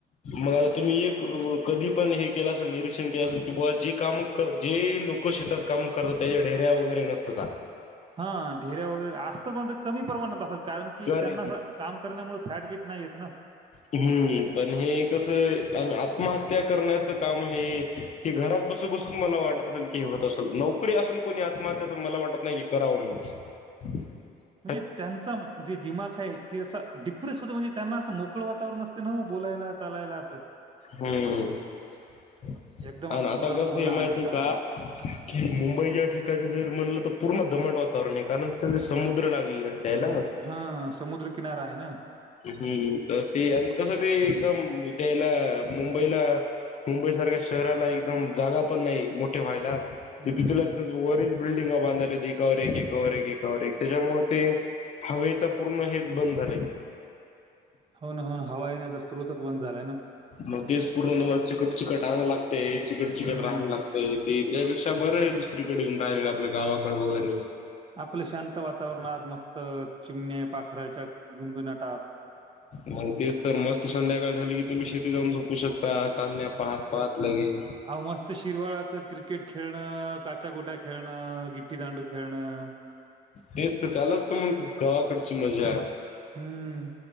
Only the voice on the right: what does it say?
हा ढेऱ्या वगैरे असतच कमी प्रमाणात असात कारण की
त्यांना काम करण्यामुळे फॅट किट नाही येत ना
म्हणजे त्यांचा जे दिमाग आहे ती असं डिप्रेस होते म्हणजे त्यांना असं मोकळं वातावरण असते ना बोलायला चालायला असं
एकदम
असं
कोणाला
बोला
आणि
काय.
हा समुद्रकिनारा आहे ना
हं.
होन होन हवा येण्याचा स््रोच बंद झालाय ना
हं.
आपलं शांत वातावरणात मस्त चिमणे पाखराच्या गुणगुनाटात
अ मस्त शिरवाळाच क्रिकेट खेळणं काचा गोट्या खेळणं गिट्टी दांडू खेळणं
हम्म